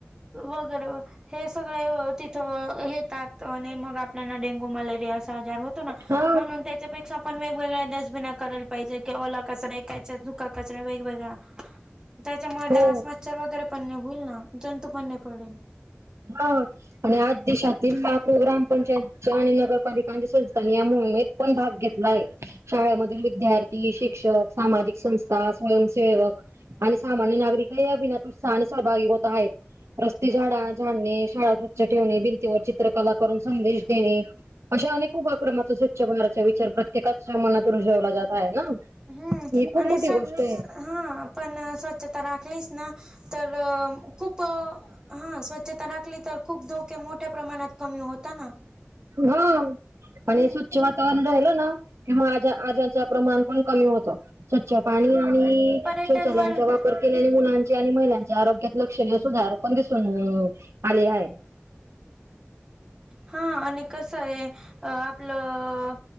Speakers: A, on the right; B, on the right.
A: वगैरे हे सगळे तिथं येतात आणि मग डेंगू मलेरिया अस आजार होतो ना
B: हा.
A: म्हणून त्याच्यापेक्षा आपण वेगवेगळ्या डस्बिना करायला पाहिजे कि ओला कचरा एका हेच्यात सुका कचरा वेगवेगळा. त्याच्यामुळे
B: हो
A: डास, मच्छर वगैरे पण नाही होईल ना जंतू पण नई पडेल.
B: हो आणि आज देशातील लाखो ग्रामपंचायतच्या आणि नगरपालिकांच्या संस्थांनी या मोहिमेत पण भाग घेतलाय. शाळेमधील विद्यार्थी, शिक्षक, सामाजिक संस्था, स्वयंसेवक आणि सामान्य नागरिकही अभिनात उत्साहने सहभागी होत आहेत. रस्ते झाडा झाडणे, शाळा स्वच्छ ठेवणे, भिंतीवर चित्रकला करून संदेश देणे. अशा अनेक उपक्रमाचा स्वच्छ भारतचा विचार प्रत्येकाच्या मनात रुजवला जात आहे ना.
A: हम्म
B: ही खूप
A: आणि
B: मोठी
A: स्वच्छ
B: गोष्ट आहे
A: हा पण स्वच्छता राखलीच ना तर खूप हा स्वच्छता राखली तर खूप धोके मोठ्या प्रमाणात कमी होता ना
B: हॊ
A: हम्म
B: आणि स्वच्छ वातावरण राहिलं ना किंवा आज आजार च प्रमाण पण कमी होतं. स्वच्छ पाणी आणि
A: पर्यटनवर
B: शौचालयांचा वापर केल्याले मुलांचे आणि महिलांचे आरोग्यात लक्षणीय सुधार पण दिसून आले आहे.
A: हा आणि कसंय अ आपलं